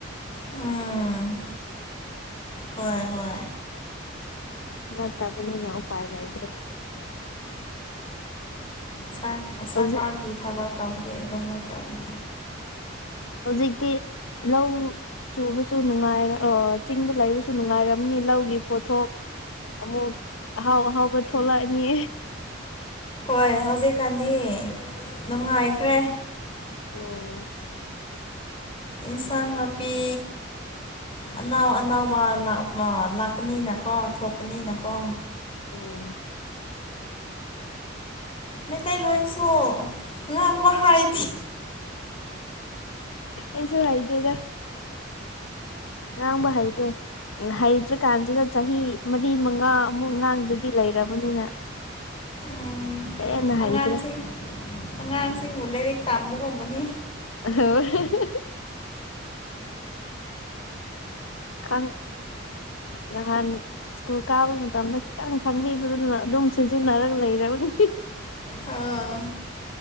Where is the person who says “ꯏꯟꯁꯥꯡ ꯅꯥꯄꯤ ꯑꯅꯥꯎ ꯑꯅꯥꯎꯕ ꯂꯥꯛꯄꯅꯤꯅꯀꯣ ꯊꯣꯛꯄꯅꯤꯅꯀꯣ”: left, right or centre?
Left